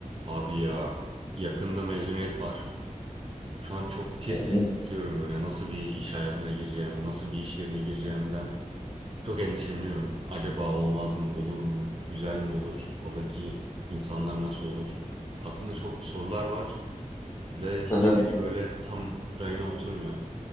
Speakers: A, on the right; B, on the left.
A: Abi ya yakında mezuniyet var. Şu an çok tir
B: Hı hı.
A: tir titriyorum böyle. Nasıl bir iş hayatına gireceğim, nasıl bir iş yerine gireceğimden çok endişeleniyorum. Acaba olmaz mı, olur mu, güzel mi olur, oradaki insanlar nasıl olur? Aklımda çok sorular var ve hiçbiri
B: Hı hı.
A: böyle tam rayına oturmuyor.